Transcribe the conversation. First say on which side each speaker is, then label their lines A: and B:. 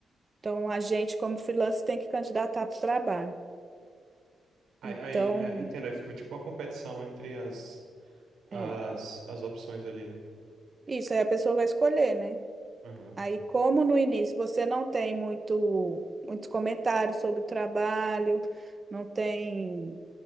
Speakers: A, on the right; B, on the right.
A: Então, a gente, como freelancer, tem que candidatar para o trabalho.
B: Aí,
A: Então,
B: aí, é, entendo, aí fica tipo uma competição entre as, as,
A: é
B: as opções ali, né?
A: isso, aí a pessoa vai escolher, né?
B: Aham,
A: Aí, como no início você não tem muito, muitos comentários sobre o trabalho, não tem.